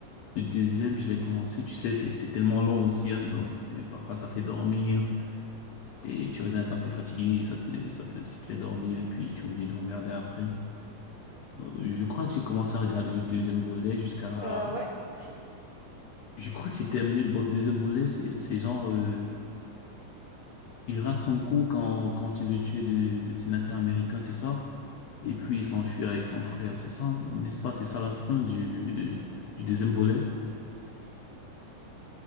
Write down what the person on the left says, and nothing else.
Le deuxième, je l'ai commencé. Tu sais, c'est, c'est tellement long aussi, hein, donc euh, parfois ça fait dormir. Et tu regardes quand t'es fatigué, ça te, ça te, ça te fait dormir et puis tu oublies de regarder après. Euh, Je crois que j'ai commencé à regarder le deuxième volet jusqu'à...
Je crois que j'ai terminé le bo- deuxième volet. C'est, c'est genre... euh, Il rate son coup quand, quand il veut tuer le, le sénateur américain, c'est ça? Et puis il s'enfuit avec son frère, c'est ça? N'est-ce pas? C'est ça la fin du, du, du deuxième volet?